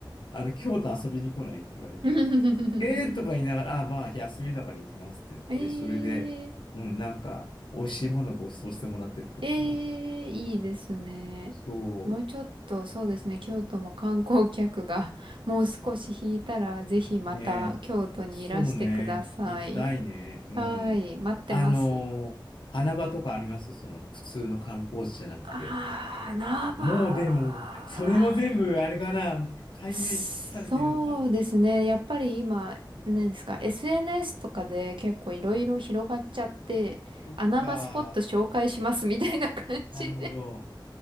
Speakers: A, on the left; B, on the right.
A: あの、京都遊びに来ないって言われて、
B: <laughs>
A: えーとか言いながら、あ、まあ、休みだから行きますって言って、
B: ええ
A: それで、うん、なんか、美味しいものをご馳走してもらった記憶が。
B: ええいいですね。
A: そ
B: もうちょっと、そうですね、京都も観光客が <laughs> もう少し引いたら、ぜひまた京都にいらしてください。
A: う。ねえ。そうね。行きたいね。うん。
B: はい、待ってます。
A: あのー穴場とかありますその、普通の観光地じゃなくて。
B: あー、ナバ
A: もうでも、それも全部、
B: ー。
A: あれかな、解明し尽くされているのかな。
B: そうですね、やっぱり今、何ですか、SNS とかで結構いろいろ広がっちゃって、
A: そっか。
B: 穴場スポット紹介しますみたいな感じで。
A: なるほど。